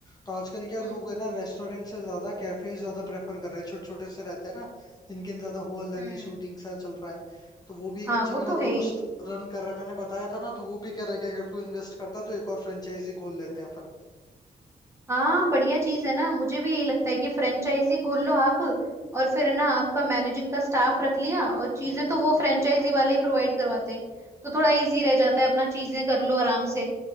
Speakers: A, on the left (about 25°); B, on the right (about 15°).
A: तो आजकल क्या
B: हम्म
A: लोग है ना रेस्टोरेंट से ज्यादा कैफेज ज्यादा प्रेफर कर रहे हैं छोटे छोटे से रहते हैं ना जिनके अंदर ज्यादा हो अल्ला
B: हम्म
A: नहीं सूदिंग सा चल रहा है तो वो भी एक
B: हाँ
A: अच्छा
B: वो
A: मेरा
B: तो है
A: दोस्त
B: ही
A: रन कर रहा है मैंने बताया था ना तो वो भी कह रहा है कि अगर तू इन्वेस्ट करता है तो एक और फ्रेंचाइजी खोल लेते हैं अपन
B: हाँ बढ़िया चीज है ना मुझे भी यही लगता है कि फ्रेंचाइजी खोल लो आप और फिर है ना आपका मैनेजिंग का स्टाफ रख लिया और चीजें
A: हाँ
B: तो वो फ्रेंचाइजी वाले ही प्रोवाइड करवाते हैं तो थोड़ा इजी रह जाता है अपना चीजें कर लो आराम से